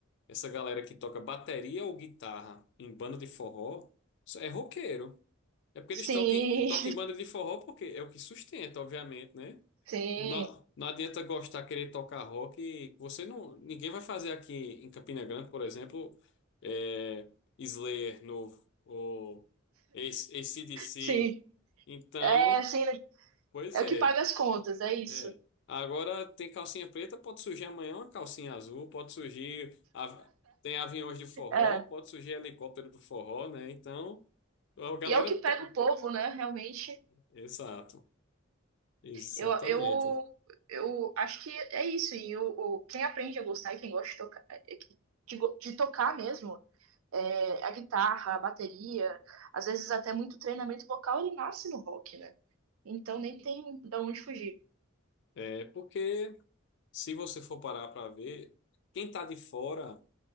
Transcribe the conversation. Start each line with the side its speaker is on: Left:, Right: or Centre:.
Left: essa galera que toca bateria ou guitarra em banda de forró é roqueiro. É porque
Right: Sim,
Left: eles tocam, tocam em banda de forró porque é o que sustenta, obviamente, né?
Right: <laughs> sim,
Left: Não, não adianta gostar, querer tocar rock. Você não, ninguém vai fazer aqui em Campina Grande, por exemplo, é, Slayer novo ou AC- AC/DC.
Right: sim.
Left: Então,
Right: É, assim,
Left: pois
Right: é
Left: é,
Right: o que paga as contas, é isso.
Left: é. Agora tem calcinha preta, pode surgir amanhã uma calcinha azul, pode surgir av- tem aviões de forró,
Right: É.
Left: pode surgir helicóptero do forró, né? Então, a galera,
Right: E é o que
Left: to-
Right: pega o povo, né? Realmente,
Left: exato, exatamente.
Right: eu, eu, eu acho que é isso. E o, o- quem aprende a gostar e quem gosta de tocar, é que- de, go- de tocar mesmo, é, a guitarra, a bateria, às vezes até muito treinamento vocal, ele nasce no rock, né? Então nem tem de onde fugir.
Left: É porque Se você for parar para ver, quem tá de fora